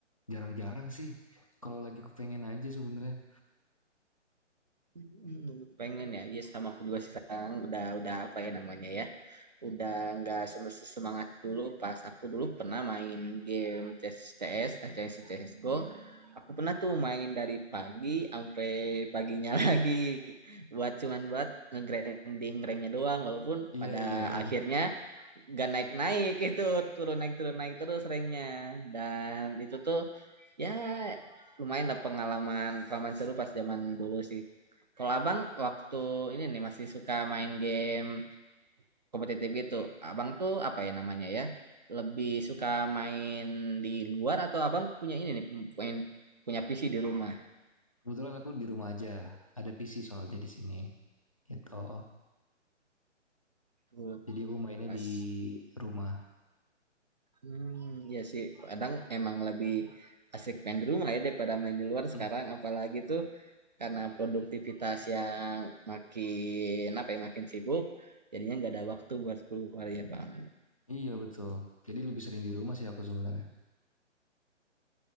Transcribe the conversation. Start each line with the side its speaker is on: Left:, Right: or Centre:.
Left: jarang-jarang sih kalau lagi kepengen aja sebenarnya.
Right: Hmm, pengen ya, iya sama aku juga sih sekarang udah udah apa ya namanya ya, udah nggak sem- semangat dulu pas aku dulu pernah main game CS CS eh, CS CS:GO, aku pernah tuh main dari pagi sampai paginya <laughs> lagi buat cuman buat nge-grinding ranknya doang, walaupun
Left: Iya
Right: pada
Left: iya iya.
Right: akhirnya gak naik-naik itu turun naik turun naik terus ranknya dan itu tuh ya lumayan lah pengalaman pengalaman seru pas zaman dulu sih kalau abang waktu ini nih masih suka main game kompetitif gitu, abang tuh apa ya namanya ya? Lebih suka main di luar atau abang punya ini nih, punya, punya PC di rumah?
Left: Kebetulan aku di rumah aja. Ada PC soalnya di sini. Gitu.
Right: Tuh,
Left: Jadi aku mainnya
Right: Pas.
Left: di rumah.
Right: Hmm, iya sih, kadang emang lebih asik main di rumah ya daripada main di luar
Left: Mhm.
Right: sekarang, apalagi tuh karena produktivitas yang makin apa ya makin sibuk, jadinya nggak ada waktu buat keluar ya bang.
Left: Iya betul. Jadi lebih sering di rumah sih aku sebenarnya.